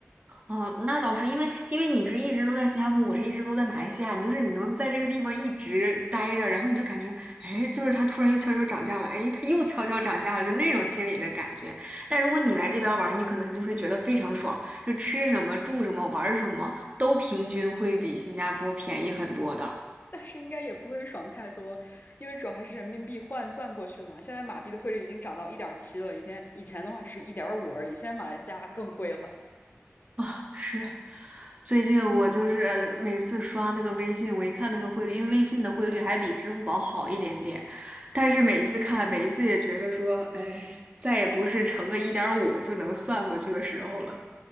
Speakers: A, on the right (about 30°); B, on the left (about 45°).
A: 哦，那倒是，因为因为你是一直都在新加坡，我是一直都在马来西亚，你就是你能在这个地方一直待着，然后你就感觉，哎，就是它突然又悄悄涨价了，哎，它又悄悄涨价了，就那种心理的感觉。但如果你来这边玩儿你可能就会觉得非常爽，就吃什么、住什么、玩儿什么都平均会比新加坡便宜很多的。
B: 但是应该也不会爽太多，因为主要还是人民币换算过去的嘛。现在马币的汇率已经涨到一点七了，以前以前的话只是一点五而已，现在马来西亚更贵了。
A: <laughs> 是，最近我就是每次刷那个微信，我一看那个汇率，因为微信的汇率还比支付宝好一点点，但是每一次看，每一次也觉得说，哎，再也不是乘个一点五就能算过去的时候了。